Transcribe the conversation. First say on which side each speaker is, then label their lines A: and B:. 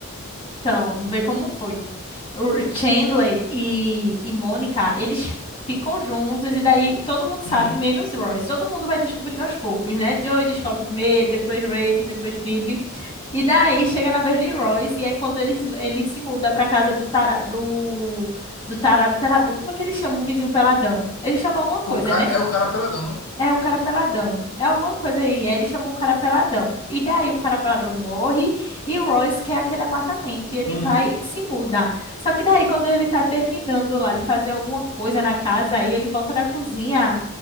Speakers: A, on the left; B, on the left.
A: Então, vê como foi. O Chandler e, e Mônica, eles ficam juntos e daí todo mundo sabe,
B: Uhum.
A: menos Royce. Todo mundo vai descobrindo aos poucos, né? Joey descobre primeiro, depois Rachel, depois Phoebe. E daí chega na vez de Royce e é quando eles ele se muda pra casa do tarado, do, do tarado peladão. Como é que eles chamam o vizinho peladão? Eles chamam alguma coisa,
B: O ca...
A: né?
B: É o cara peladão, não?
A: É o cara peladão. É alguma coisa aí. Aí ele chamou o cara peladão. E daí o cara peladão morre e o Royce quer aquele apartamento. E ele
B: Uhum.
A: vai e se muda. Só que daí, quando ele tá terminando lá de fazer alguma coisa na casa, aí ele volta da cozinha.